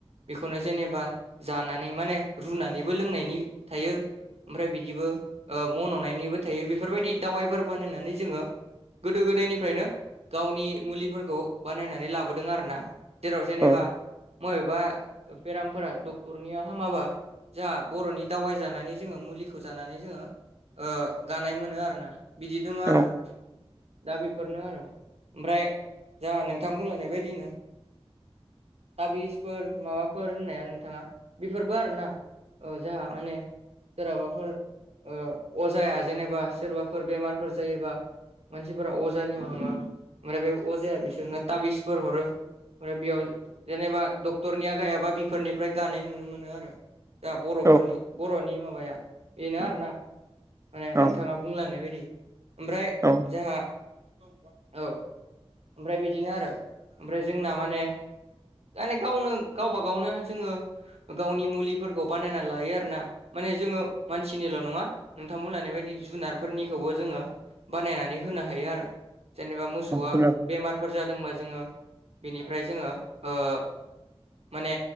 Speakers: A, on the right (about 75°); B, on the right (about 30°).
A: बेखौनो जेनेबा जानानै माने रुनानैबो लोंनायनि थायो। ओमफ्राय बिदिबो मन'नायनिबो थायो बेफोरबायदि दावाइफोर बानायनानै जोङो गोदो गोदायनिफ फ्रायनो गावनि मुलिफोरखौ बानायनानै लाबोदों आरोना जेराव जेनेबा
B: औ
A: मबेबा बेरामफोरा डक्टरनिया हामाबा जाह बर'नि दावाइ जानानै जोङो मुलिखौ जानानै जोङो गानाय मोनो आर ना। बिदि दङो आरो।
B: औ
A: दा बेफोरनो आरो ओमफ्राय जाहा नोंथां बुंलायनाय बायदिनो थाबिसफोर माबाफोर होननाया नोंथाङा बेफोरबो आरो ना औ जाहा माने सोरहाबाफोर ओ अजाया जेनेबा सोरबाफोर बेमारफोर जायोबा मानसिफोरा अज अजानियाव थांङो ओमफ्राय बे अजाया बिसोरनो ताबिसफोर हरो। ओमफ्राय बेयाव जेनेबा डाक्टरनिया गायाबा बिफोरनिफ्राय गानाय नुनो मोनो आरो। दा बर'फोरनि
B: औ
A: बर'नि माबाया बेनो आरोना माने
B: औ
A: नोंथाङाफ बुंलांनाय बायदि ओमफ्राय
B: औ औ।
A: जोंहा औ ओमफ्राय बिदिनो आरो ओमफ्राय जोंना माने माने गावनो गावबा गावनो जोङो गावनि मुलिफोरखौ बानायना लायो आरोना। माने जोङो मानसिनिल' नङा। नोंथां बुंलांनाय बायदि जुनारफोरनिखौबो जोङो बानायनानै होनो हायो आरो। जेनेबा मोसौआ
B: औ
A: बेमारफोर जादोंबा जोङो बेनिफ्राय जोङो ओ माने